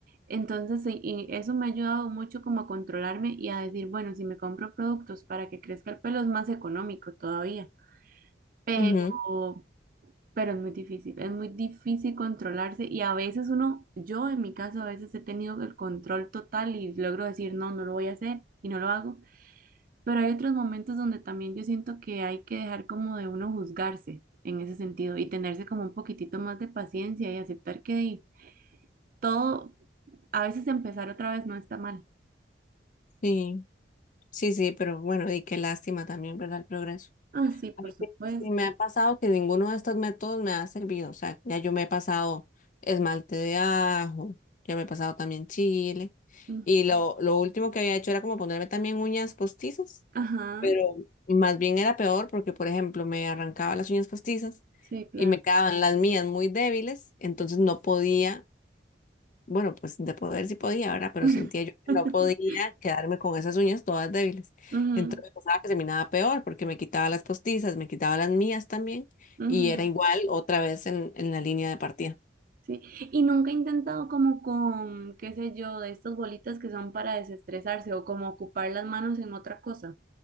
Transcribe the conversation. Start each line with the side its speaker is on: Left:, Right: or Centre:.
Right: Entonces, sí, y eso me ha ayudado mucho como a controlarme y a decir, bueno, si me compro productos para que crezca el pelo es más económico todavía, pero,
Left: ujú,
Right: pero es muy difícil, es muy difícil controlarse y a veces uno, yo en mi caso, a veces he tenido el control total y logro decir, no, no lo voy a hacer y no lo hago pero hay otros momentos donde también yo siento que hay que dejar como de uno juzgarse en ese sentido y tenerse como un poquitito más de paciencia y aceptar que di, todo, a veces empezar otra vez no está mal.
Left: Sí, sí, sí, pero bueno, y qué lástima también, ¿verdad? El progreso.
Right: Ah, sí, por
Left: A mí
Right: supuesto.
Left: que- sí me ha pasado que ninguno de estos métodos me ha servido. O sea, ya yo me he pasado esmalte de ajo, ya me he pasado también chile.
Right: Mm,
Left: Y lo, lo último que había hecho era como ponerme también uñas postizas,
Right: Ajá,
Left: pero más bien era peor porque, por ejemplo, me arrancaba las uñas postizas
Right: sí, claro.
Left: y me quedaban las mías muy débiles, entonces no podía. Bueno, pues de poder sí podía, ¿verdad? Pero
Right: <laughs>
Left: sentía yo que no podía quedarme con esas uñas todas débiles.
Right: ujú,
Left: Entonces pensaba que se miraba peor porque me quitaba las postizas, me quitaba las mías también
Right: ujú,
Left: y era igual otra vez en, en la línea de partida.
Right: Sí, y nunca he intentado como con, qué sé yo, de estas bolitas que son para desestresarse o como ocupar las manos en otra cosa.